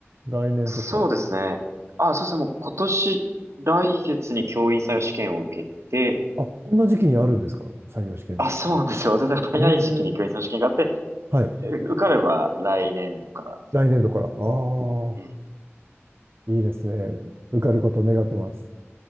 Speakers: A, on the right (about 55°); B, on the right (about 75°).
A: 来年とか。
B: そうですね。あ、そうですね、もう今年、来月に教員採用試験を受けて、
A: あ、こんな時期にあるんですか採用試験って。
B: あ、そうなんですよ。全然早い時期に教員採用試験があって、
A: ええはい。
B: え受かれば来年度からです
A: 来年度から。ああ、
B: ね。
A: いいですね。受かることを願ってます。